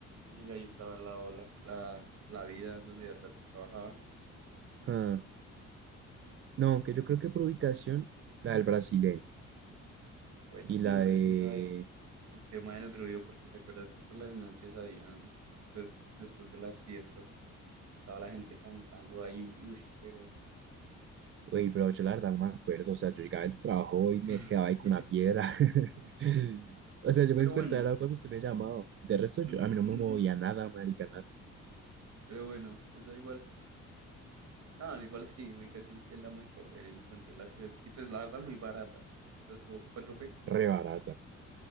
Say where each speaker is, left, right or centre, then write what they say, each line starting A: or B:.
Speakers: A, on the right; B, on the right.
A: Y ahí estaba al lado la, la, la vida donde la Tatis trabajaba.
B: Ah, No, aunque yo creo que por ubicación, la del brasileño
A: Bueno,
B: y la
A: no, pero
B: de...
A: es que sabes. El tema del ruido, porque te acuerdas que por las noches habían, pues después de las fiestas, estaba la gente cantando ahí, uy, pero...
B: Oye, pero yo la verdad no me acuerdo, o sea, yo llegaba del trabajo y
A: <laughs>
B: me quedaba ahí con una piedra. <laughs> O sea, yo
A: Pero
B: me despertaba
A: bueno,
B: era cuando usted me llamaba. De resto,
A: <laughs>
B: yo, a mí no me movía nada, marica, nada.
A: pero bueno, esa igual. No, igual sí, ubicación sí es la mejor, el centro de la ciudad. Y pues la verdad muy barata. Esa estuvo- ¿Cuánto fue?
B: Re barata.